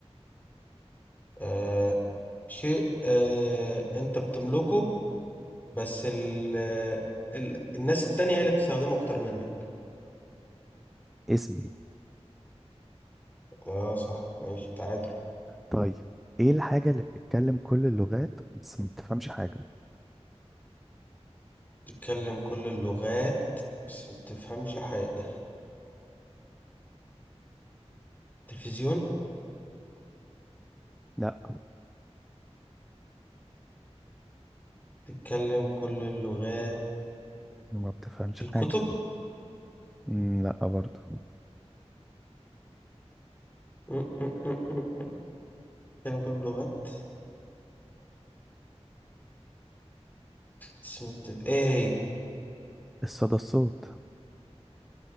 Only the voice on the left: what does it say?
آه. شيء آه. أنت بتملكه بس ال... ال... الناس التانية هي اللي بتستخدمه أكتر منك
آه صح ماشي تعادل
تتكلم كل اللغات بس ما بتفهمش حاجة تلفزيون
تتكلم كل اللغات
الكتب
م- م- م- م- م. تتكلم كل اللغات بس مت- ايه هي